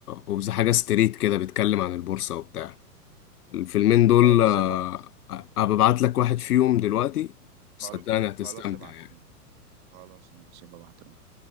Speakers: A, on the left; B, on the right.
A: اوف ذا حاجه ستريت كده بيتكلم عن البورصه وبتاع الفيلمين دول
B: خلاص
A: آه،
B: يبقى
A: أ- أبقى ابعت لك واحد فيهم دلوقتي صدقني
B: خل-
A: هتستمتع
B: خلاص ابعتهم
A: يعني
B: خلاص ماشي ببعتهم